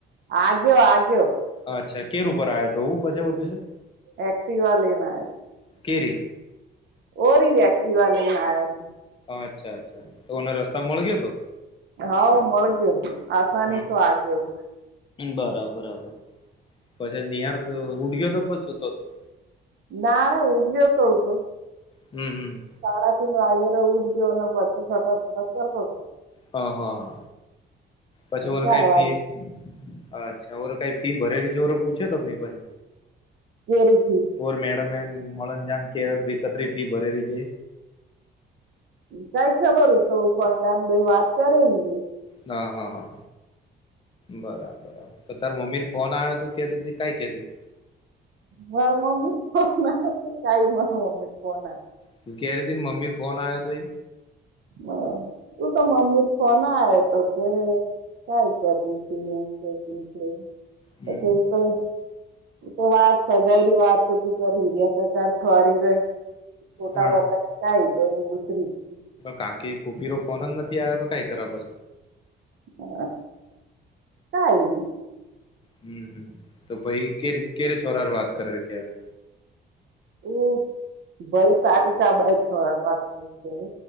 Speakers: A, on the right; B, on the left.
A: આગ્યો આગ્યો
B: અચ્છા કેર ઉપર આવ્યો હતો એવું પછવત
A: એક્ટિવા લઈને
B: કેરી?
A: ઓ રી એકટીવા લને આ યો
B: અચ્છા અચ્છા તોને રસ્તા મળ ગયો હતો?
A: હા મળ ગયો આસાની
B: હમ.
A: તો આગવું
B: બરાબર બરાબર પછી નિહાર ઉડ ગયો તો પણ સુતો હતો?
A: ના ર ઉઠ ગયો તો એતો
B: હમ હમ
A: સાડા તન વાગેરે ઉઠ દવનો પછી ફટત ફટત કરતો
B: હ હા હા પછી ઓને
A: ચાર
B: કઈ
A: વાગે
B: ફી? અચ્છા ઓરે કઈ ફી ભરેલી છે ઓરો પૂછે તો કોઈ?
A: કર છલ <inaudible>
B: ઓર મેડમ મરન જામ કે બે કતરી ફી ભરે રહી છે?
A: સાઈ ખબર હય તો કોઈનાન ભાઈ વાત કરે ઈ
B: હ હા હા બરાબરાબર તો ત મમ્મીર ફોન આવે હતો કેતી કઈ કેતી?
A: માર મમ્મી ફોન ના તો કઈ માર મમ્મી ફોન?
B: તું કહે રહી હતીને મમીર ફોનયો તઈ?
A: બ હું તો મમ્મી ફોન આવે તો કે ક? કર છે કેક પછ
B: હમ
A: તો <inaudible> તું તો વાત સગાયની વાત તો તું કર હીર્યા કાકાર થઠરી રે છોટા
B: હા
A: બતા શહીદો દુસરી <inaudible>
B: કાકી ફૂપીરો ફોન જ નથી આવ્યો તો કઈ ખરા બસ
A: અચછા કઈલી
B: હમ તો ભાઈ કે કે્યારે છોરા ર વાત કર કેવા
A: હ ભાઈ સારી સાબ થ વાત કરી છે